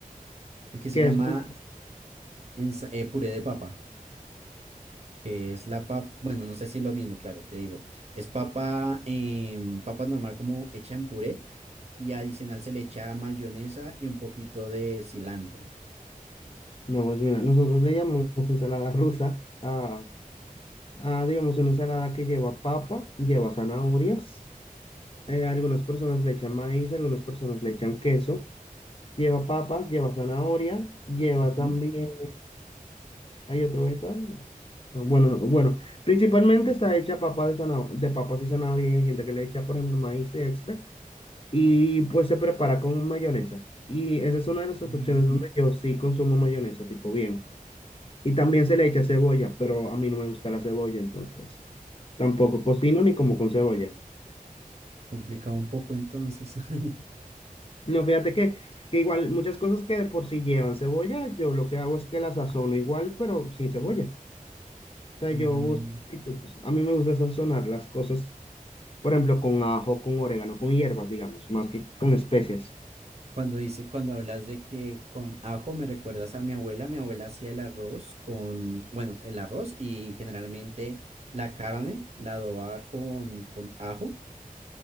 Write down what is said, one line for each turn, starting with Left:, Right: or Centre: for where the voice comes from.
Right: Que se
Left: que
Right: llama
Left: es como,
Right: ensa- eh, puré de papa. Que es la papa. Bueno, no sé si es lo mismo, claro, te digo. Es papa, em, papa normal como hecha en puré y adicional se le echa mayonesa y un poquito de cilantro.
Left: no, pues mira, nosotros le llamamos ensalada rusa a, a digamos, una ensalada que lleva papa, lleva zanahorias, eh, algunas personas le echan maíz, algunas personas le echan queso. Lleva papas, lleva zanahoria, lleva
Right: Ujú.
Left: también, hay otro vegetal. No, Bueno, no, bueno, principalmente está hecha papa de zanahoria, de papas y zanahoria, y hay gente que le echa, por ejemplo, maíz extra, y pues se prepara con mayonesa. Y esa es una de las excepciones
Right: Mm,
Left: donde yo sí consumo mayonesa, tipo bien. Y también se le echa cebolla, pero a mí no me gusta la cebolla, entonces tampoco cocino ni como con cebolla.
Right: Complicado un poco entonces. <laughs>
Left: No, fíjate que, que igual muchas cosas que de por sí llevan cebolla, yo lo que hago es que las sazono igual, pero sin cebolla. O sea,
Right: Mm,
Left: yo uso sustitutos. A mí me gusta sazonar las cosas, por ejemplo, con ajo, con orégano, con hierbas, digamos, más que con especias.
Right: Cuando dice, cuando hablas de que con ajo me recuerdas a mi abuela, mi abuela hacía el arroz con, bueno, el arroz y generalmente la carne la adobaba con, con ajo